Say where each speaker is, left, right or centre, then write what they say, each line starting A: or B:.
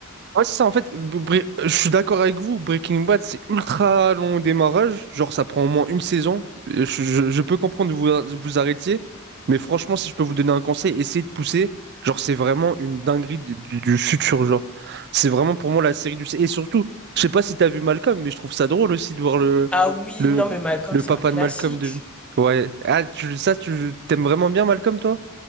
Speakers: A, on the right; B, in the centre.
A: Ouais, c'est ça, en fait, Bre- je suis d'accord avec vous, Breaking Bad, c'est ultra long au démarrage, genre ça prend au moins une saison. Je, je- je peux comprendre que vous vous arrêtiez, mais franchement, si je peux vous donner un conseil, essayez de pousser. Genre, c'est vraiment une dinguerie du, du- du futur, genre. C'est vraiment pour moi la série du... Et surtout, je sais pas si t'as vu Malcolm, mais je trouve ça drôle aussi de voir le,
B: Ah oui,
A: le,
B: non mais Malcolm
A: le
B: c'est
A: papa
B: un classique.
A: de Malcolm devenir... Ouais, ah, tu, ça, tu t'aimes vraiment bien Malcolm, toi?